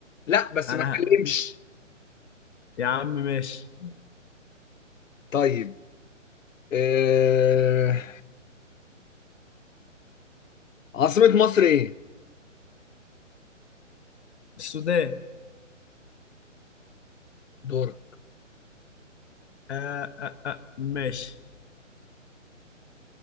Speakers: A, on the left (about 80°); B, on the left (about 60°).
A: لا بس
B: أنا
A: ما تكلمش
B: ه- يا عم ماشي
A: طيب آه عاصمة مصر ايه؟
B: السودان
A: دورك
B: آه آه آه ماشي